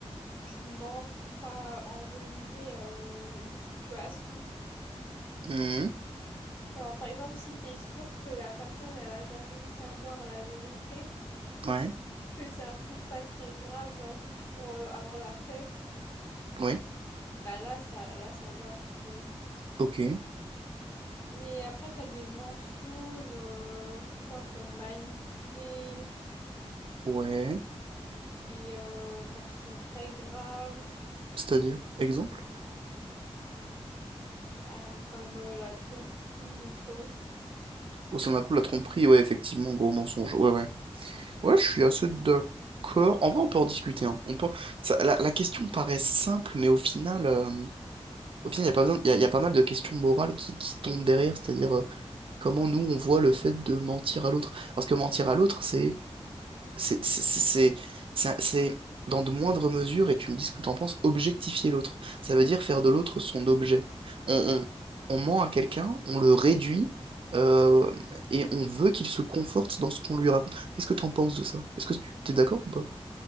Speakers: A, on the left; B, on the right.
A: tu mens pour pas envenimer euh, une situation.
B: Hmm,
A: Genre, par exemple, si t'es sûr que la personne, elle va jamais savoir la vérité,
B: ouais,
A: que c'est un truc pas très grave, genre juste pour euh, avoir la paix,
B: ouais,
A: bah là, ça, là, ça va, je trouve.
B: ok,
A: Mais après, t'as des mensonges, euh, tu vois, pour manipuler
B: ouais.
A: et euh, enfin qui sont très graves,
B: C'est-à-dire, exemple?
A: bah, comme euh, la tromperie ou quoi.
B: Au sein d'un couple, la tromperie, ouais, effectivement, gros mensonge. Ouais, ouais. Ouais, je suis assez d'accord. En vrai, on peut en discuter. hein. On peut... ça- la, la question paraît simple, mais au final, euh, au final, il y a pas besoin... il y a, il y a pas mal de questions morales qui, qui tombent derrière, c'est-à-dire euh, comment nous, on voit le fait de mentir à l'autre. Parce que mentir à l'autre, c'est c'est c'est- c'est- c'est- ça- c'est, dans de moindres mesures, et tu me dis ce que t'en penses, objectifier l'autre. Ça veut dire faire de l'autre son objet. On, on, on ment à quelqu'un, on le réduit, euh, et on veut qu'il se conforte dans ce qu'on lui raconte. Qu'est-ce que t'en penses de ça? Est-ce que tu t'es d'accord ou pas?